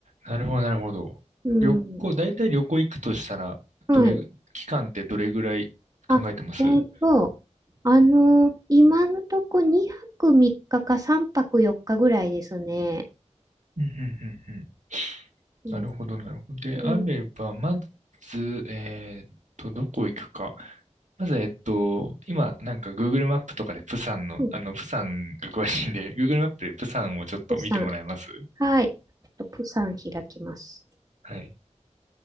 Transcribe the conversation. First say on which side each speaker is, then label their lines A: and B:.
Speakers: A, on the right; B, on the right.
A: なるほど、なるほど。
B: うん。
A: 旅行、大体旅行行くとしたら、
B: はい。
A: どれぐ、期間ってどれぐらい考えてますうん、
B: あ、えっと、あの、今のとこ2泊3日か3泊4日ぐらいですね。
A: うん、うんうん、
B: うん、
A: なるほど、なるほど。であれば、
B: うん、
A: まず、えーっと、どこ行くか。まず、えっと、今、なんか Google マップとかで、プサンの、
B: うん、
A: あの、プサンが詳しいんで、<laughs> Google マップでプサンをちょっと見てもらえます
B: プサン。はい。ちょっとプサン開きます。
A: はい。